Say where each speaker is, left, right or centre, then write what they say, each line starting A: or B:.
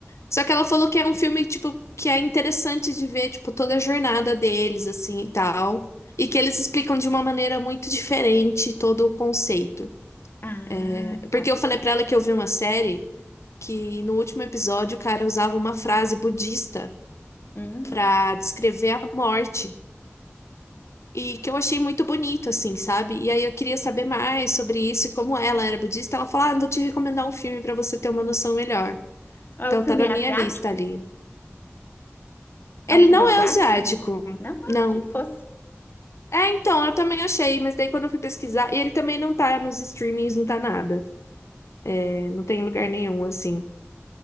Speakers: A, on the left; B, on the left.
A: Só que ela falou que é um filme, tipo, que é interessante de ver, tipo, toda a jornada deles, assim, e tal. E que eles explicam de uma maneira muito diferente todo o conceito.
B: Ah,
A: É, Porque
B: tá.
A: eu falei pra ela que eu vi uma série. que no último episódio o cara usava uma frase budista
B: Hum.
A: para descrever a morte. E que eu achei muito bonito, assim, sabe? E aí eu queria saber mais sobre isso e como ela era budista. Ela falou: Ah, vou te recomendar um filme para você ter uma noção melhor.
B: Ah,
A: Então
B: O filme
A: tá na
B: é
A: minha
B: asiático?
A: lista ali.
B: É
A: Ele
B: um filme
A: não
B: asiático?
A: é asiático,
B: Não. Não, ah,
A: não.
B: achei que fosse.
A: É, então, eu também achei, mas daí quando eu fui pesquisar, e ele também não tá nos streamings, não tá nada. É, Não tem em lugar nenhum, assim.